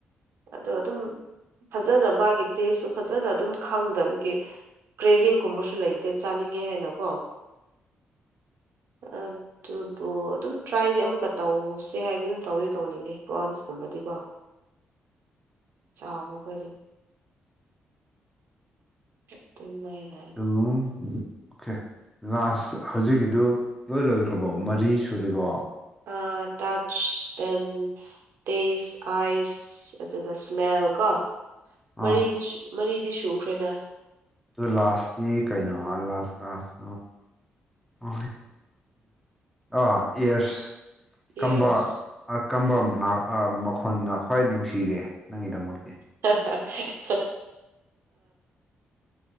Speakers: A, on the right (about 65°); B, in the centre.
A: ꯑꯗꯣ ꯑꯗꯨꯝ ꯐꯖꯅ ꯃꯥꯒꯤ ꯇꯦꯁꯁꯨ ꯐꯖꯅ ꯑꯗꯨꯝ ꯈꯪꯗꯕꯒꯤ ꯀ꯭ꯔꯦꯚꯤꯡꯒꯨꯝꯕꯁꯨ ꯂꯩꯇꯦ ꯆꯥꯅꯤꯡꯉꯦ ꯍꯥꯏꯅ ꯀꯣ ꯑꯣ ꯑꯗꯨꯕꯨ ꯑꯗꯨꯝ ꯇ꯭ꯔꯥꯏꯗꯤ ꯑꯃꯨꯛꯀ ꯇꯧꯁꯦ ꯍꯥꯏꯗꯤ ꯑꯗꯨꯝ ꯇꯧꯗꯤ ꯇꯧꯅꯤꯡꯉꯦ ꯄ꯭ꯔꯥꯎꯟꯁꯀꯨꯝꯕꯗꯤꯀꯣ ꯆꯥꯕꯗ ꯗꯨꯝ <inaudible>
B: ꯑꯗꯨꯝ ꯑꯣꯀꯦ ꯂꯥꯁ ꯍꯧꯖꯤꯛꯀꯤꯗꯨ ꯂꯣꯏ ꯂꯣꯏꯈ꯭ꯔꯕꯣ ꯃꯔꯤ ꯁꯨꯔꯦꯀꯣ
A: ꯑ ꯇꯠꯁ ꯗꯦꯟ ꯇꯦꯁ ꯑꯥꯏꯁ ꯑꯗꯨꯒ ꯁ꯭ꯃꯦꯜ ꯀꯣ ꯃꯔꯤꯗꯤ
B: ꯑꯗꯨ
A: ꯃꯔꯤꯗꯤ ꯁꯨꯈ꯭ꯔꯦꯅ
B: ꯑꯗꯨꯗꯣ ꯂꯥꯁꯇꯤ ꯀꯩꯅꯣ ꯂꯥꯁ ꯂꯥꯁ ꯑ ꯑꯥ ꯑꯦꯌꯔꯁ ꯀꯝꯕ
A: ꯌꯦꯔꯁ
B: ꯀꯔꯝꯕ ꯃꯅꯥ ꯃꯈꯣꯟꯅ ꯈ꯭ꯋꯥꯏ ꯅꯨꯡꯁꯤꯔꯦ ꯅꯪꯒꯤꯗꯃꯛꯇꯤ
A: <unintelligible> <inaudible>